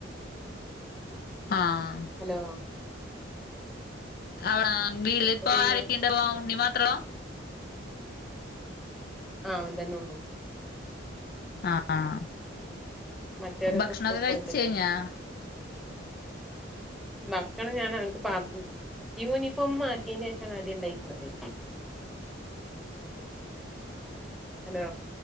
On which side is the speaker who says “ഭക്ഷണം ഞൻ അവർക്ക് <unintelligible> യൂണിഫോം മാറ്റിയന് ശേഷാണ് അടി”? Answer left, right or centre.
Centre